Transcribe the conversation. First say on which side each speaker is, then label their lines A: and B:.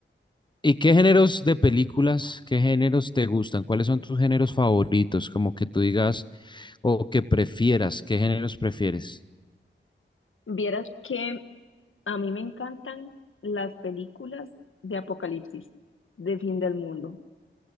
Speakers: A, on the left; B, on the left.
A: ¿Y qué géneros de películas, qué géneros te gustan? ¿Cuáles son tus géneros favoritos? Como que tú digas o que prefieras, ¿qué géneros prefieres?
B: Vieras que a mí me encantan las películas de apocalipsis, de fin del mundo,